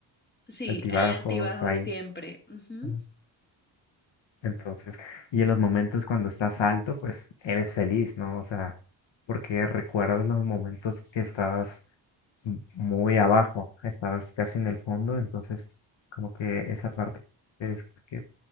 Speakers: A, on the left; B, on the left.
A: Sí,
B: altibajos,
A: hay altibajos
B: hay...
A: siempre. Ujú.
B: Ujú. Entonces, y en los momentos cuando estás alto, pues eres feliz, ¿no? O sea, porque recuerdas los momentos que estabas m- muy abajo, estabas casi en el fondo, entonces como que esa parte es que